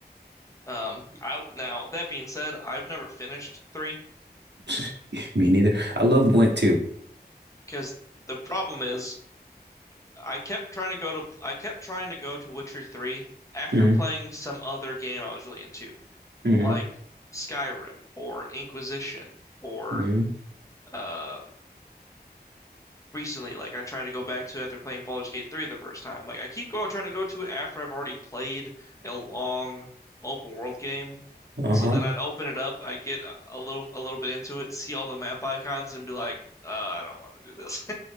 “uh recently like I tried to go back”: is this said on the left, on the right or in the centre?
Left